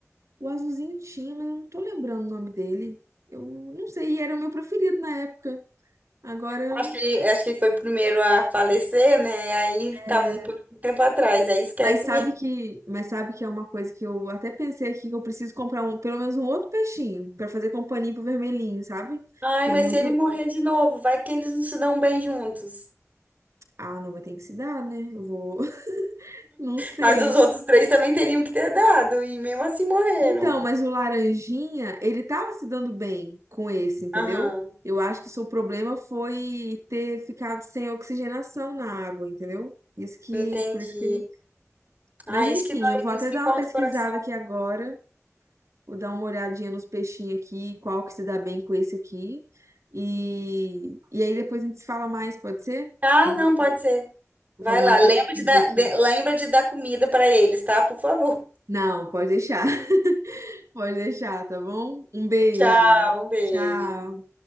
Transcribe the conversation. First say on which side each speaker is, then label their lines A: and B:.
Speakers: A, on the right; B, on the right.
A: O azulzinho tinha, mas eu não tô lembrando o nome dele. Eu não sei, e era o meu preferido na época. Agora,
B: Acho que, ele- acho que ele foi o primeiro a falecer, né? Aí tá
A: é,
B: um pouco um tempo atrás, aí esquece
A: mas sabe
B: mesmo.
A: que, mas sabe que é uma coisa que eu até pensei aqui que eu preciso comprar um, pelo menos um outro peixinho pra fazer companhia pro vermelhinho, sabe?
B: Ai,
A: Que
B: mas
A: é muito,
B: se ele morrer de novo, vai que eles não se dão bem juntos.
A: ah, não, mas tem que se dar, né? Eu vou, <laughs> não sei.
B: Mas os outros três também teriam que ter dado, e mesmo assim morreram.
A: Então, mas o laranjinha, ele tava se dando bem com esse, entendeu?
B: Aham,
A: Eu acho que o seu problema foi ter ficado sem oxigenação na água, entendeu? Isso que,
B: entendi.
A: por isso que ele
B: Ah,
A: Mas enfim,
B: isso que dói,
A: eu vou
B: isso
A: até
B: que
A: dar
B: corta
A: uma pesquisada
B: o coração.
A: aqui agora, vou dar uma olhadinha nos peixinhos aqui, qual que se dá bem com esse aqui. E, e aí depois a gente se fala mais, pode ser?
B: ah
A: Vou
B: não, pode ser.
A: vou
B: Vai
A: fazer
B: lá,
A: uma
B: lembra
A: pesquisa
B: de dar,
A: aqui.
B: de- lembra de dar comida para eles, tá? Por favor.
A: Não, pode deixar, <laughs> pode deixar, tá bom? Um beijo.
B: Tchau, um beijo.
A: Tchau.